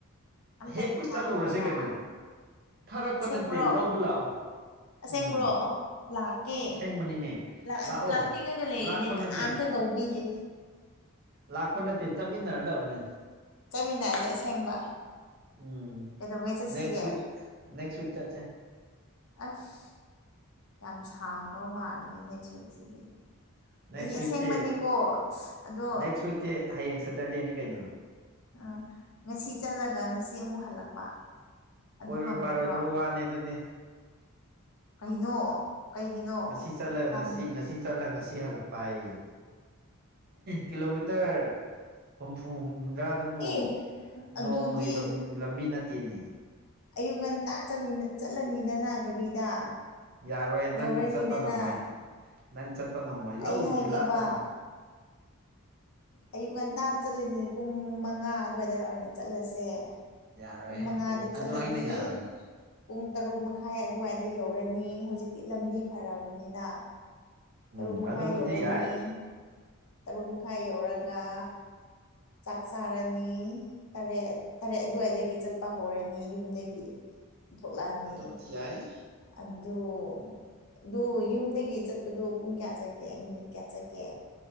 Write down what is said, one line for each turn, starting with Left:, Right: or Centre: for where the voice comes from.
Left: ꯑꯝꯇꯗꯤ
Right: ꯍꯦꯛꯄ
Left: ꯊꯥꯔꯛꯑꯣꯗ
Right: ꯆꯠꯂꯨꯔꯁꯤ ꯀꯩꯅꯣ ꯊꯥꯔꯛꯄ
Left: ꯑꯁꯦꯡꯕ꯭ꯔꯣ
Right: ꯅꯠꯇꯦ ꯂꯧꯕ ꯂꯥꯛꯑꯣ
Left: ꯑꯁꯦꯡꯕ꯭ꯔꯣ
Right: ꯎꯝ
Left: ꯂꯥꯛꯀꯦ
Right: ꯑꯁꯦꯡꯕꯅꯤꯅꯦ
Left: ꯂꯥꯛ
Right: ꯂꯥꯛꯑꯣ
Left: ꯂꯥꯛꯅꯤꯡꯉꯒ ꯂꯩꯔꯤꯅꯦ
Right: ꯂꯥꯛꯄ
Left: ꯀꯅꯥꯝꯇ
Right: ꯅꯠꯇꯦ
Left: ꯀꯧꯕꯤꯗꯦ
Right: ꯂꯥꯛꯄ ꯅꯠꯇꯦ ꯆꯠꯃꯤꯟꯅꯔꯗꯧꯕꯅꯦ
Left: ꯆꯠꯃꯤꯟꯅꯁꯦ ꯑꯁꯦꯡꯕ
Right: ꯎꯝ
Left: ꯀꯩꯗꯧꯉꯩ ꯆꯠꯁꯤꯒꯦ
Right: ꯅꯦꯛꯁ꯭ꯠ ꯋꯤꯛ ꯅꯦꯛꯁ꯭ꯠ ꯋꯤꯛ ꯆꯠꯁꯦ
Left: ꯑꯁ ꯌꯥꯝ ꯁꯥꯡꯗꯧ ꯃꯥꯥꯟꯂꯦ ꯅꯦꯛꯁ꯭ꯠ ꯋꯤꯛꯁꯤꯗꯤ
Right: ꯅꯦꯛꯁ
Left: ꯑꯩꯗꯤ
Right: ꯋꯤꯛꯁꯦ
Left: ꯑꯁꯦꯡꯕꯅꯦꯀꯣ ꯑꯗꯣ
Right: ꯅꯦꯛꯁ ꯋꯤꯛꯇꯤ ꯍꯌꯦꯡ ꯁꯦꯇꯔꯗꯦꯅꯤ ꯀꯩꯅꯣ
Left: ꯑ ꯉꯁꯤ ꯆꯠꯂꯒ ꯉꯁꯤ ꯑꯃꯨꯛ ꯍꯜꯂꯛꯄ ꯑꯗꯨ
Right: ꯑꯣꯏꯔꯣꯏ
Left: ꯉꯝꯒꯗ꯭ꯔꯣ
Right: ꯄꯥꯔꯣꯏꯗꯕ ꯋꯥꯅꯦ ꯑꯗꯨꯗꯤ
Left: ꯀꯩꯅꯣ ꯀꯩꯒꯤꯅꯣ
Right: ꯉꯁꯤ ꯆꯠꯂ
Left: ꯌꯥꯝ
Right: ꯉꯁꯤ ꯉꯁꯤ ꯆꯠꯂ ꯉꯁꯤ ꯍꯜꯂꯛꯄ ꯍꯥꯏꯌꯦ ꯀꯤꯂꯣ ꯃꯤꯇꯔ ꯍꯨꯝꯐꯨ ꯍꯨꯝꯗ꯭ꯔꯥꯗꯨꯕꯨ
Left: ꯑꯦ ꯑꯗꯨꯗꯤ
Right: ꯅꯣꯡꯃꯒꯤ ꯂꯝꯕꯤ ꯂꯝꯕꯤ ꯅꯠꯇꯦꯅꯦ
Left: ꯑꯌꯨꯛ ꯉꯟꯇꯥ ꯆꯠꯂꯤꯅ ꯆꯠꯂꯅꯤꯗꯅ ꯒꯥꯔꯤꯗ
Right: ꯌꯥꯔꯣꯏ ꯅꯪ
Left: ꯌꯧꯔꯅꯤꯗꯅ
Right: ꯆꯠꯄ ꯉꯝꯃꯣꯏ ꯅꯪ ꯆꯠꯄ ꯉꯝꯃꯣꯏ ꯂꯧꯁꯤ
Left: ꯑꯩ ꯍꯥꯏꯒꯦꯕ
Right: ꯂꯥꯞꯄꯅꯤ
Left: ꯑꯌꯨꯛ ꯉꯟꯇꯥ ꯆꯠꯂꯤꯅꯤ ꯄꯨꯡ ꯃꯉꯥ ꯑꯗꯨꯋꯥꯏꯗ ꯑꯣꯏꯅ ꯆꯠꯂꯁꯦ
Right: ꯌꯥꯔꯣꯏ
Left: ꯄꯨꯡ ꯃꯉꯥꯗ
Right: ꯑꯗꯨꯏ ꯑꯗꯨ
Left: ꯆꯠꯂꯗꯤ
Right: ꯑꯩꯅ ꯌꯥꯔꯣꯏ
Left: ꯄꯨꯡ ꯇꯔꯨꯛ ꯃꯈꯥꯏ ꯑꯗꯨꯋꯥꯏꯗ ꯌꯧꯔꯅꯤ ꯍꯧꯖꯤꯛꯇꯤ ꯂꯝꯕꯤ ꯐꯔꯕꯅꯤꯅ ꯇꯔꯨꯛ
Right: ꯎꯝ
Left: ꯃꯈꯥꯏ
Right: ꯑꯗꯨꯕꯨꯗꯤ
Left: ꯌꯧꯔꯅꯤ
Right: ꯌꯥꯏ
Left: ꯇꯔꯨꯛ ꯃꯈꯥꯏ ꯌꯧꯔꯒ ꯆꯥꯛ ꯆꯥꯔꯅꯤ ꯇꯔꯦꯠ ꯇꯔꯦꯠ ꯑꯗꯨꯋꯥꯏꯗꯒꯤ ꯆꯠꯄ ꯍꯧꯔꯅꯤ ꯌꯨꯝꯗꯒꯤ ꯊꯣꯛꯂꯥꯛꯑꯅꯤ
Right: ꯑꯗꯨꯕꯨꯗꯤ ꯌꯥꯏ
Left: ꯑꯗꯨ ꯑꯗꯨ ꯌꯨꯝꯗꯒꯤ ꯆꯠꯄꯗꯣ ꯄꯨꯡ ꯀꯌꯥ ꯆꯠꯀꯦ ꯃꯤꯅꯤꯠ ꯀꯌꯥ ꯆꯠꯀꯦ